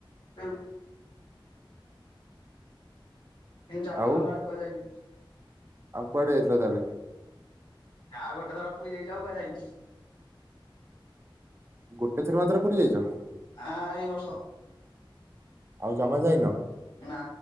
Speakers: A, on the left; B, on the right.
A: ଏ ତିନି ଚାରି
B: ଆଉ
A: ମାସ ହେଲାଣି କୁଆଡ଼େ <unintelligible>
B: ଆଉ କୁଆଡେ ଯାଇଥିଲୁ ତାହେଲେ।
A: ଯା ଗୋଟେ ଥର ପୁରୀ ଯାଇଚୁ <unintelligible>
B: ଗୋଟେ ଥର ମାତ୍ର ପୁରୀ ଯାଇଚ?
A: ଆ ଏଇ ବର୍ଷ।
B: ଆଉ ଜମା ଯାଇନ?
A: ନା।